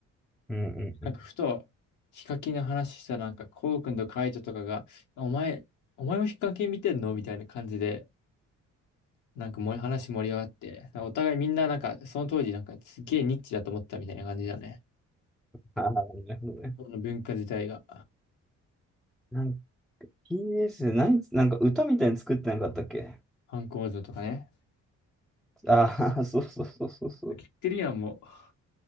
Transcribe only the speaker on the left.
なんか、ふと、ヒカキンの話したら、なんか、コウ君とカイトとかが、お前、お前もヒカキン見てんのみたいな感じで、なんかもう話盛り上がって、なんかお互いみんななんか、その当時なんかすげえニッチだと思ってたみたいな感じだね。
その文化自体が、
反抗像とかね。
切ってるやん、もう。